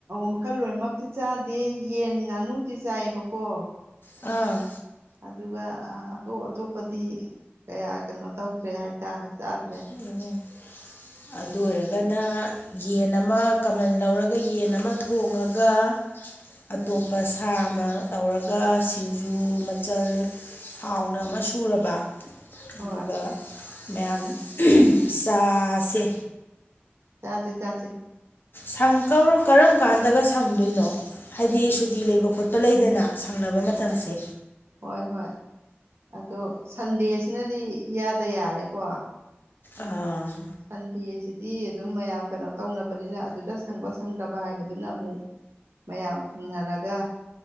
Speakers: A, on the right; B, on the left.
A: ꯃꯈꯜ ꯂꯣꯏꯃꯛꯇꯤ ꯆꯥꯗꯦ ꯌꯦꯟ ꯉꯥꯅꯨꯗꯤ ꯆꯥꯏꯌꯦꯕꯀꯣ꯫
B: ꯑꯥ꯫
A: ꯑꯗꯨꯒ ꯑꯇꯣꯞ ꯑꯇꯣꯞꯄꯗꯤ ꯀꯌꯥ ꯀꯩꯅꯣ ꯇꯧꯗ꯭ꯔꯦ ꯍꯥꯏꯇꯥꯔꯦ꯫ ꯆꯥꯗ꯭ꯔꯦ
B: ꯑꯣ꯫ ꯑꯗꯨ ꯑꯣꯏꯔꯒꯅ ꯌꯦꯟ ꯑꯃ ꯀꯃꯟ ꯂꯧꯔꯒ ꯌꯦꯟ ꯑꯃ ꯊꯣꯡꯉꯒ꯫ ꯑꯇꯣꯞꯄ
A: ꯎꯝ
B: ꯁꯥ ꯑꯃ꯫ ꯇꯧꯔꯒ ꯁꯤꯡꯖꯨ ꯃꯆꯜ ꯍꯥꯎꯅ ꯑꯃ ꯁꯨꯔꯕ꯫
A: ꯍꯣꯏ
B: ꯑꯗꯨꯒ ꯃꯌꯥꯝ ꯆꯥꯁꯦ꯫
A: ꯆꯥꯁꯦ ꯆꯥꯁꯦ
B: ꯁꯪꯀꯥꯟ ꯀꯔꯝ ꯀꯥꯟꯗꯒ ꯁꯪꯗꯣꯏꯅꯣ ꯍꯥꯏꯗꯤ ꯁꯨꯇꯤ ꯂꯩꯕ ꯈꯣꯠꯄ ꯂꯩꯗꯅ꯫ ꯁꯪꯅꯕ ꯃꯇꯝꯁꯦ꯫
A: ꯃꯥꯅꯤ ꯍꯣꯏ ꯍꯣꯏ ꯑꯗꯣ ꯁꯟꯗꯦꯁꯤꯅꯗꯤ ꯏꯌꯥꯗ ꯌꯥꯔꯦꯀꯣ꯫
B: ꯑꯥ
A: ꯁꯟꯗꯦ꯫ ꯁꯤꯗꯤ ꯑꯗꯨꯝ ꯃꯌꯥꯝ ꯀꯩꯅꯣ ꯇꯧꯅꯕꯅꯤꯅ ꯑꯗꯨꯗ ꯁꯪꯕ ꯁꯪꯗꯕ ꯍꯥꯏꯕꯗꯨꯅ ꯑꯃꯨꯛ꯫ ꯃꯌꯥꯝ ꯍꯪꯅꯔꯒ